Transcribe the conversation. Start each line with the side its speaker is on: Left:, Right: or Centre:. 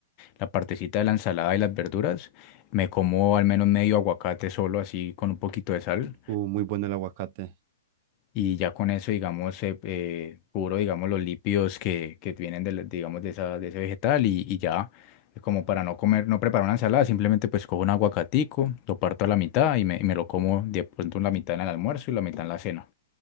Left: la partecita de la ensalada y las verduras, me como al menos medio aguacate solo así con un poquito de sal
Right: Uh, muy bueno el aguacate.
Left: y ya con eso, digamos, eh, eh, cubro, digamos, los lípidos que, que vienen de, digamos, de, esa, de ese vegetal y, y ya, eh, como para no comer, no preparar una ensalada, simplemente pues cojo un aguacatico, lo parto a la mitad y me, y me lo como de pronto la mitad en el almuerzo y la mitad en la cena.